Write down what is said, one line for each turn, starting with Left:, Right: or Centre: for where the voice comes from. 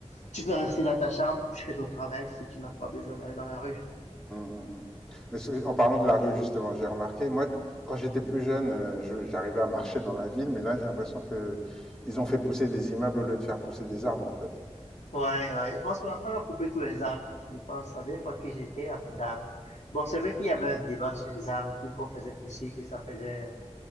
Left: Tu peux rester dans ta chambre, tu fais ton travail si tu n'as pas besoin d'aller dans la rue.
Centre: Mm, mm, mm. Mais c'est- en parlant de la rue, justement, j'ai remarqué, moi, quand j'étais plus jeune, euh, je- j'arrivais à marcher dans la ville, mais là, j'ai l'impression que ils ont fait pousser des immeubles au lieu de faire pousser des arbres, en fait.
Left: Ouais, ouais. Je pense qu'on a coupé tous les arbres. Je pense, la dernière fois que j'étais, à plus d'arbres. Bon, c'est vrai qu'il y avait un débat sur les arbres que- qu'on faisait pousser, que ça faisait,